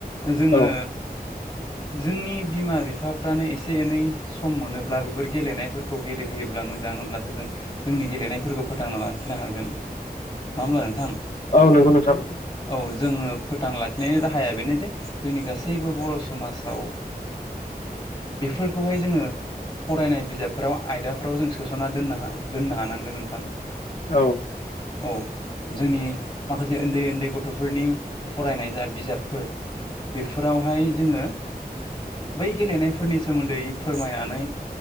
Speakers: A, on the left; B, on the left.
A: जोङो
B: औ
A: जोंनि बिमा बिफाफ्रानो एसे एनै सम मोनोब्ला बेफोर गेलेनायफोरखौ गेलेहैयोब्ला मोजां मोजां होमब्लासो जों जोंनि गेलेनायफोरखौ फोथांना लाखिनो हागोन। मा होमब्ला नोंथां?
B: औ नंगौ नोंथां
A: औ। जोङो फोथां लाखिनायनि राहाया बेनो जे जोंनि गासैबो बर' समाजाव बेफोरखौहाय जोङो फरायनाय बिजाबफोराव आयदाफोराव जों सोस'ना दोननो दोननो हानांगोन नोंथां।
B: औ।
A: औ ।जोंनि माखासे उन्दै उन्दै गथ'फोरनि फरायनाय जा बिजाबफोर बेफोरावहाय जोङो बै गेलेनाय फोरनि सोमोन्दै फोरमायनानै